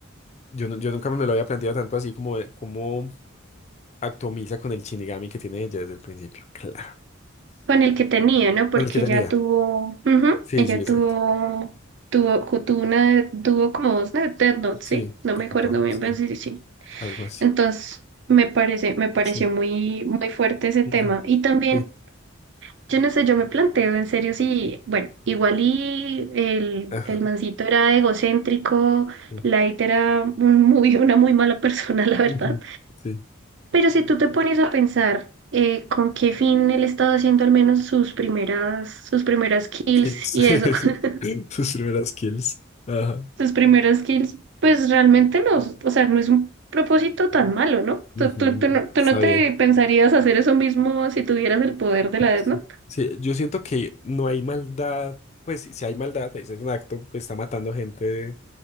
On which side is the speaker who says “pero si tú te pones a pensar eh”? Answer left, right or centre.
Right